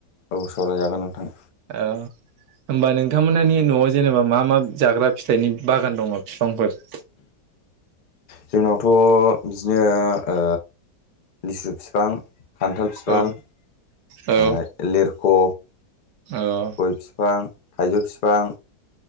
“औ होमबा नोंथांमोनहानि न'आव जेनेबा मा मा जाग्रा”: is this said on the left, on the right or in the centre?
Right